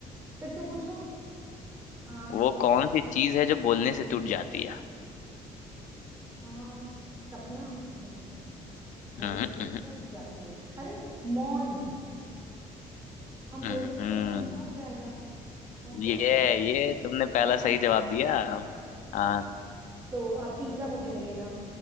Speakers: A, on the right (about 25°); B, on the left (about 65°).
A: फिर से पूछो आम
B: वो कौन सी चीज है जो बोलने से टूट जाती है
A: आ, सपना नहीं बोलने
B: हम्म,
A: से
B: हम्म,
A: टूट जाती है अरे मौन हम
B: हम्म,
A: बोलेंगे
B: हम्म।
A: तो मौन टूट जाएगा और
B: ये
A: क्या होगा
B: ये तुमने पहला
A: है ना
B: सही जवाब दिया
A: <laughs>
B: हाँ
A: सो so, अब पिज्जा मुझे मिलेगा